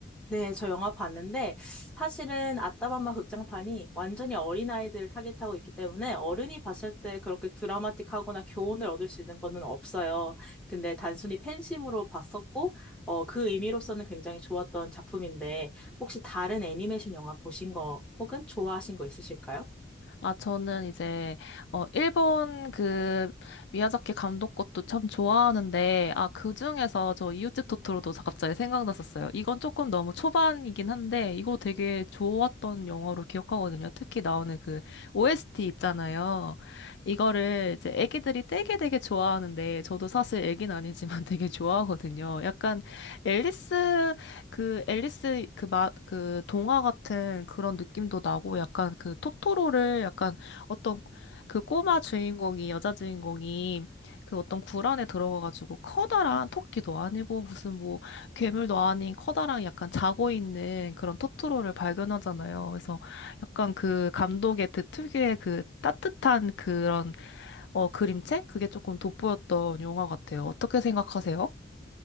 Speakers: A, in the centre; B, on the left (about 65°).
A: 네, 저 영화 봤는데 사실은 아따맘마 극장판이 완전히 어린아이들을 타겟하고 있기 때문에 어른이 봤을 때 그렇게 드라마틱하거나 교훈을 얻을 수 있는 거는 없어요. 근데 단순히 팬심으로 봤었고 어, 그 의미로서는 굉장히 좋았던 작품인데 혹시 다른 애니메이션 영화 보신 거 혹은 좋아하신 거 있으실까요?
B: 아, 저는 이제, 어, 일본 그, 미야자키 감독 것도 참 좋아하는데, 아, 그 중에서 저 이웃집 토토로도 갑자기 생각났었어요. 이건 조금 너무 초반이긴 한데, 이거 되게 좋았던 영화로 기억하거든요. 특히 나오는 그, OST 있잖아요. 이거를 이제 애기들이 되게 되게 좋아하는데, 저도 사실 애긴 아니지만 <laughs> 되게 좋아하거든요. 약간 앨리스 그 앨리스 그 마, 그 동화 같은 그런 느낌도 나고 약간 그 토토로를 약간 어떤 그 꼬마 주인공이 여자 주인공이 그 어떤 굴 안에 들어가가지고 커다란 토끼도 아니고 무슨 뭐 괴물도 아닌 커다란 약간 자고 있는 그런 토토로를 발견하잖아요. 그래서 약간 그 감독의 그 특유의 그 따뜻한 그런 어 그림체 그게 조금 돋보였던 영화 같아요. 어떻게 생각하세요?